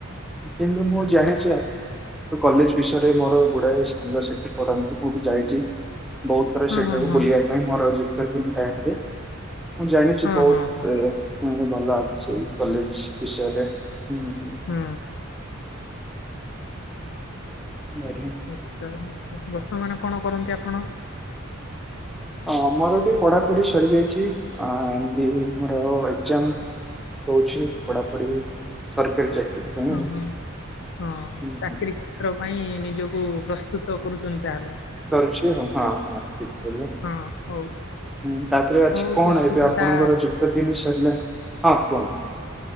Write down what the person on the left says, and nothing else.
ହଁ
ହଁ ହଁ
ହଁ
ହଁ ହଁ ହୁଁ।
ହୁଁ।
ନିତଃୟ ନିଶ୍ଚୟ ବର୍ତ୍ତମାନ କଣ କରନ୍ତି ଆପଣ?
ହୁଁ
ହୁଁ, ହଁ
ଚାକିରି
ସା କରିବା ପାଇଁ ନିଜକୁ ପ୍ରସ୍ତୁତ କରୁଛନ୍ତି ତାହେଲେ?
ହଁ ହଉ।
ହଉ
ପ୍ରସ୍ତୁତ
ଟା